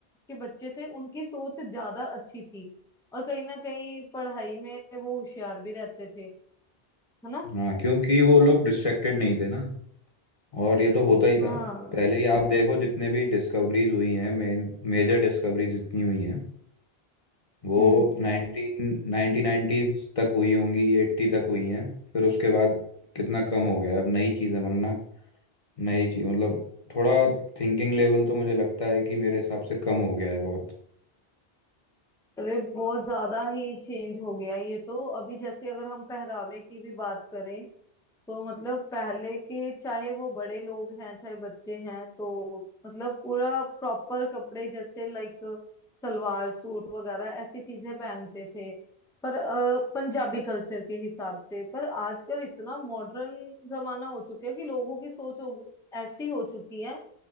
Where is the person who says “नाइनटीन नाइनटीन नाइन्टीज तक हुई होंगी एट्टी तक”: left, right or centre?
Left